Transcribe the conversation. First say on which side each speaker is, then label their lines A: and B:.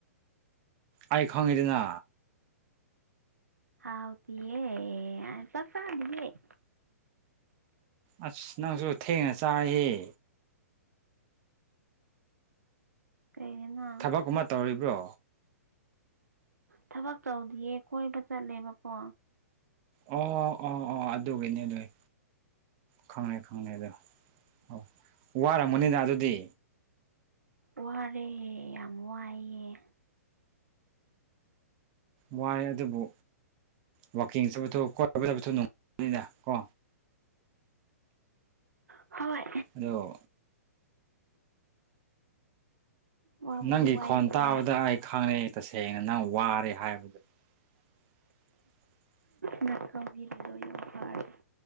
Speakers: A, on the right (about 35°); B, on the right (about 80°).
A: ꯑꯩꯥꯏ ꯈꯪꯉꯗꯅ
B: ꯍꯥꯎꯗꯤꯑꯦ ꯆ ꯆꯅꯤꯦ
A: ꯑꯁ ꯅꯪꯁꯨ ꯊꯦꯡꯅ ꯆꯥꯔꯤꯌꯦ
B: ꯀꯩꯒꯤꯅꯣ
A: ꯊꯕꯛ ꯑꯃ ꯇꯧꯔꯤꯕ꯭ꯔꯣ
B: ꯊꯕꯛ ꯇꯧꯗꯤꯌꯦ ꯀꯣꯏꯕ ꯆꯠꯂꯦꯕꯀꯣ
A: ꯑꯣ ꯑꯣ ꯑꯣ ꯑꯣ ꯑꯗꯨꯒꯤꯅꯤ ꯂꯣꯏ ꯈꯪꯉꯦ ꯈꯪꯉꯦ ꯑꯗꯣ ꯑꯣ ꯋꯥꯔꯝꯃꯅꯤꯅ ꯑꯗꯨꯗꯤ
B: ꯋꯥꯔꯦ ꯌꯥꯝ ꯋꯥꯏꯌꯦꯦ
A: ꯃꯥꯏ ꯑꯗꯨꯕꯨ ꯋꯥꯋꯥꯛꯀꯤꯡ ꯆꯠꯄꯣꯛ ꯀꯣ ꯆ ꯅꯨꯡꯕꯅꯤꯅ ꯀꯣ
B: ꯍꯣꯏ
A: ꯑꯣ
B: ꯋꯥꯕꯨꯗꯤ
A: ꯅꯪꯒꯤ
B: ꯋꯥꯏꯌꯦꯀꯣ
A: ꯈꯣꯟ ꯇꯥꯕꯗ ꯑꯩ ꯈꯪꯅꯩ ꯑꯩ ꯇꯁꯦꯡꯅ ꯅꯪ ꯋꯥꯔꯦ ꯍꯥꯏꯕꯗ <inaudible>
B: ꯅꯔꯀꯪꯕꯤꯔꯤꯖꯣ ꯌꯥꯝ ꯄꯥꯔ